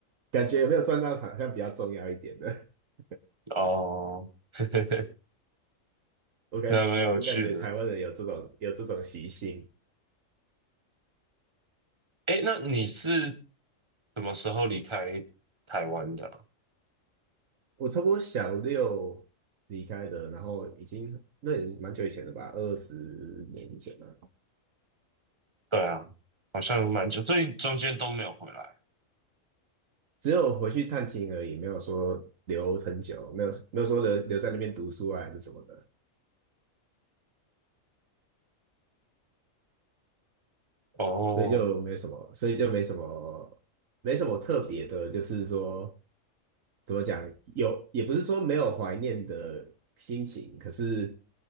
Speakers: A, on the right (about 75°); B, on the right (about 20°).
A: 感觉有没有赚到，好像比较重要一点的。<laughs>
B: 哦，<laughs>
A: 我感觉我感觉台湾人有这种有这种习性。
B: 还蛮有趣的。诶，那你是什么时候离开台湾的啊？
A: 我差不多小六离开的，然后已经那也蛮久以前的吧，二十年以前了。
B: 对啊，好像蛮久，所以中间都没有回来。
A: 只有回去探亲而已，没有说留很久，没有没有说留留在那边读书啊，还是什么的。
B: 哦，
A: 所以就没什么，所以就没什么，没什么特别的，就是说怎么讲，有也不是说没有怀念的心情，可是